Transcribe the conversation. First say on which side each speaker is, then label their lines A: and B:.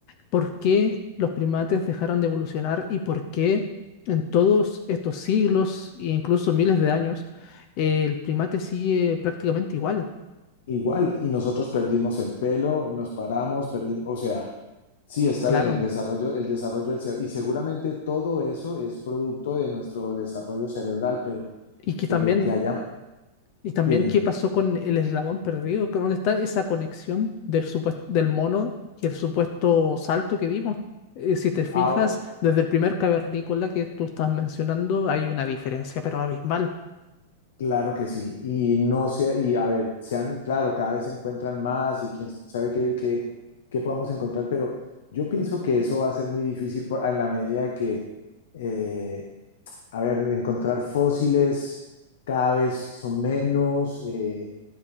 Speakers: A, on the left; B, on the left.
A: ¿por qué los primates dejaron de evolucionar y por qué en todos estos siglos e incluso miles de años eh, el primate sigue prácticamente igual?
B: Igual, y nosotros perdimos el pelo, nos paramos, perdimos, o sea, sí, está
A: Claro.
B: bien el desarrollo, el desarrollo del cerebro, y seguramente todo eso es producto de nuestro desarrollo cerebral, pero,
A: Y que
B: pero
A: también
B: que haya,
A: Y también
B: dime,
A: qué
B: dime.
A: pasó con el eslabón perdido, ¿Con- ¿dónde está esa conexión del supues- del mono y el supuesto salto que vimos? Eh, si te fijas,
B: Ah,
A: desde el primer cavernícola que tú estás mencionando hay una diferencia, pero abismal.
B: Claro que sí. Y no sé, y a ver, sean, claro, cada vez se encuentran más y quién sabe qué, qué, qué podamos encontrar, pero yo pienso que eso va a ser muy difícil por- en la medida que, eh, a ver, encontrar fósiles cada vez son menos. eh,